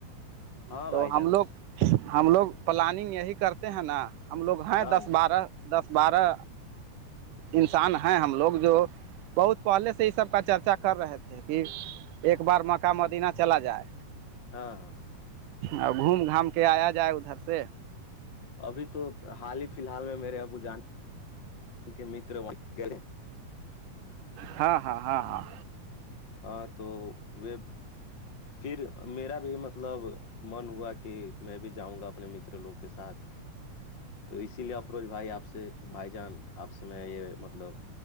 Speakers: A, on the left; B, on the right.
A: ہاں
B: تو
A: بھائی جان
B: ہم لوگ ہم لوگ پلاننگ یہی کرتے ہیں نا ہم لوگ ہیں
A: ہاں
B: دس بارہ دس بارہ انسان ہیں ہم لوگ جو بہت پہلے سے یہ سب کا چرچا کر رہے تھے کہ ایک بار مکہ
A: اچھا
B: مدینہ چلا جائے
A: ہاں ہاں
B: اور گھوم گھام کے آیا جائے ادھر سے
A: ابھی تو حال ہی فی الحال میں میرے ابو جان ک مر وہ گ
B: ہاں ہاں ہاں ہاں
A: ہاں تو وہ پھر میرا بھی مطلب من ہوا کہ میں بھی جاؤں گا اپنے مر لوگ کے ساتھ تو اسی لیے افروج بھائی آپ سے بھائی جان آپ سے میں یہ مطلب مطلب